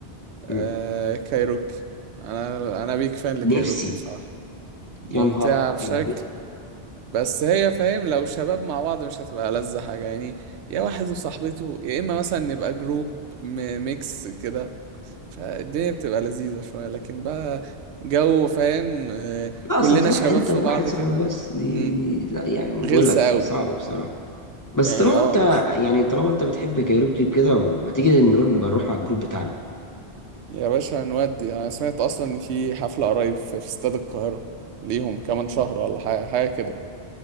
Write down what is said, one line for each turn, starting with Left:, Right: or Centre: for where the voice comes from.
Right: آه
Left: مم.
Right: كايروكي انا انا بيك فان لكايروكي
Left: نفسي
Right: بصراحة
Left: يا
Right: ممتعة
Left: نهار ابيض
Right: بشكل
Left: نفسي
Right: بس هي فاهم لو شباب مع بعض مش هتبقى لذة حاجة يعني يا واحد وصاحبته يا إما مثلا نبقى جروب م- ميكس كده فالدنيا بتبقى لذيذة شوية لكن بقى جو فاهم آه،
Left: لا
Right: كلنا
Left: اصل هتروح
Right: شباب
Left: انت
Right: في
Left: وواحد
Right: بعض
Left: صاحبك
Right: كده
Left: بس دي
Right: مم،
Left: لا يعني ما
Right: غلسة
Left: بقول لك
Right: أوي
Left: صعبة بصراحة بس
Right: يعني
Left: طالما
Right: اه
Left: انت
Right: مش
Left: يعني طالما انت بتحب كايروكي وكده وما تيجي نروح نبقى نروح على الجروب بتاعنا
Right: يا باشا هنودي أنا سمعت أصلا إن في حفلة قريب في في استاد القاهرة ليهم كمان شهر ولا حاجة حاجة كده